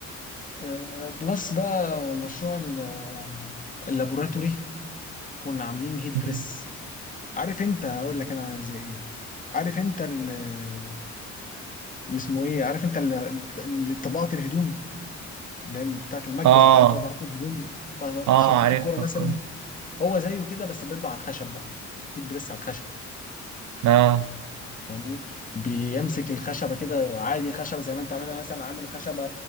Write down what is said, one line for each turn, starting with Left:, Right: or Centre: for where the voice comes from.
Left: أه بلس بقى مشروع ال- اللابوراتوري كنا عاملين هيت
Right: مم.
Left: بريس عارف انت هقول لك انا زي ايه عارف انت ال- اللي اسمه ايه عارف انت ال- ال- طبقات الهدوم اللي هي بتاعت المكبس
Right: اه
Left: بتاع طبقات الهدوم بتاعت
Right: اه
Left: تيشيرتات
Right: عارفها
Left: الكوره مثلا
Right: كله.
Left: هو زيه كده بس بيطبع على الخشب بقى هيت بريس على الخشب
Right: اه
Left: فاهمني بيمسك الخشبه كده عادي خشبه زي ما انت عاملها مثلا عامل خشبه